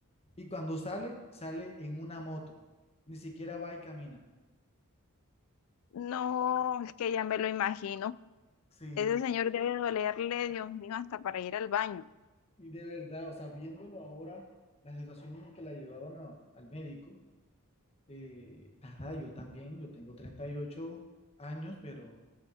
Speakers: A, on the left (about 30°); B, on the left (about 70°).
A: Y cuando sale, sale en una moto. Ni siquiera va y camina.
B: No, es que ya me lo imagino.
A: Sí.
B: Ese señor debe dolerle, Dios mío, hasta para ir al baño.
A: Y de verdad, o sea, viéndolo ahora, la situación en que la llevaban a- al médico, eh, nada, yo también, yo tengo 38 años, pero